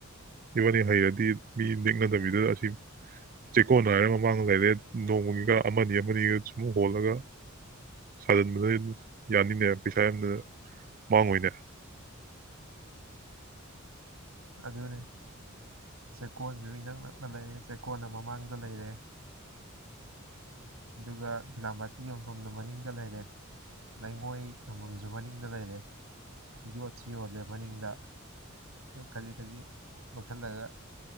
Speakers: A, on the right; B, on the right.
A: ꯏꯕꯥꯅꯤ ꯍꯩꯔꯗꯤ ꯃꯤ ꯅꯦꯛꯅꯗꯕꯤꯗ ꯑꯁꯤ ꯆꯦꯛꯀꯣꯟ ꯍꯥꯏꯔ ꯃꯥꯡ ꯂꯩꯔꯦ ꯅꯣꯡꯃꯒꯤꯒ ꯑꯃꯅꯤ ꯑꯃꯒ ꯁꯨꯝ ꯍꯣꯜꯂꯒ ꯁꯥꯖꯤꯟꯕꯅ ꯌꯥꯅꯤꯅꯦ ꯄꯩꯁꯥ ꯌꯥꯝꯅ ꯃꯥꯡꯉꯏꯅꯦ
B: ꯑꯗꯨꯅꯤ ꯆꯦꯛꯀꯣꯟꯁꯨ ꯏꯅꯛ ꯅꯛꯅ ꯂꯩꯔꯦ ꯆꯦꯛꯀꯣꯟꯜꯅ ꯃꯃꯥꯡꯗ ꯂꯩꯔꯦ ꯑꯗꯨꯒ ꯕꯤꯤꯂꯥꯃꯇꯤ ꯌꯣꯟꯐꯝꯅ ꯃꯅꯤꯡꯗ ꯂꯩꯔꯦ ꯂꯩꯉꯣꯏ ꯌꯣꯟꯐꯝꯁꯨ ꯃꯅꯤꯡꯗ ꯂꯩꯔꯦ ꯌꯣꯠꯁꯨ ꯌꯣꯜꯂꯦ ꯃꯅꯤꯡꯗ ꯈꯖꯤꯛ ꯈꯖꯤꯛ ꯂꯧꯁꯤꯜꯂꯒ